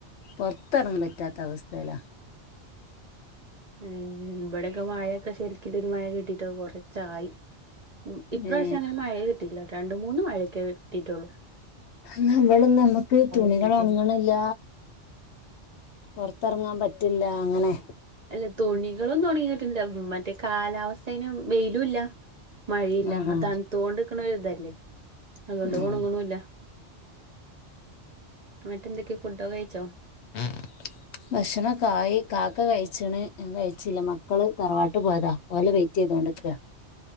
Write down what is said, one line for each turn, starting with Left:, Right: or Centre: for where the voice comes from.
Left: പൊറത്തിറങ്ങാൻ പറ്റാത്ത അവസ്ഥയിലാ.
Right: ഉം ഉം ഇവിടെയൊക്കെ മഴയൊക്കെ ശരിക്ക് ഒരു മഴയൊക്കെ കിട്ടിട്ട് കൊറച്ചായി. ഉം ഇപ്രാവശ്യം
Left: ഏ
Right: അങ്ങനെ മഴ കിട്ടിയില്ല രണ്ട് മൂന്ന് മഴയൊക്കെ കിട്ടിട്ടുള്ളു.
Left: ന്നാ ഇവിടൊന്നും നമ്മുക്ക് തുണികൾ
Right: കിട്ടിയിട്ടില്ല
Left: ഒണങ്ങണില്ല. പുറത്തിറങ്ങാൻ പറ്റില്ല അങ്ങനെ.
Right: അല്ലെ തുണികളൊന്നും ഒണങ്ങിട്ടില്ല മറ്റേ കാലാവസ്ഥേനും വെയിലും ഇല്ല. മഴയില്ല
Left: ആ ആ
Right: അതണുത്തോണ്ട്ക്കണ ഇതല്ലേ. അതോണ്ട്
Left: ഉം
Right: ഒണങ്ങുണുംല്ല ന്നട്ട് എന്തൊക്കെ ഫുഡോക്കൊ കഴിച്ചോ?
Left: ഉം ഭക്ഷണം കായ കാക്ക കഴിച്ചണ് ഞാൻ കഴിച്ചില്ല മക്കള് തറവാട്ട് പോയതാ ഓലെ വെയിറ്റ് ചെയ്തോണ്ടിരിക്ക